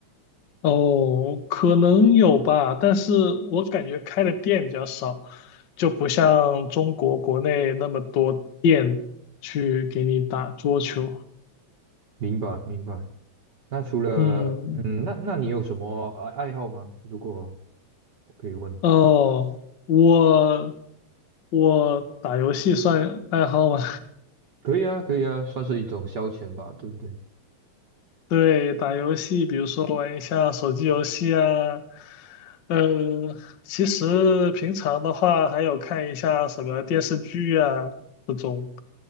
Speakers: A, on the left; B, on the right.
A: 哦，可能有吧，但是我感觉开的店比较少，就不像中国国内那么多店去给你打桌球。
B: 明白，明白。那除了嗯，
A: 嗯，
B: 那那你有什么爱爱好吗？如果我可以问，
A: 哦，我我打游戏算爱好吗？
B: 可以啊，可以啊，算是一种消遣吧，对不对？
A: <laughs> 对，打游戏，比如说玩一下手机游戏啊，嗯，其实平常的话还有看一下什么电视剧啊这种。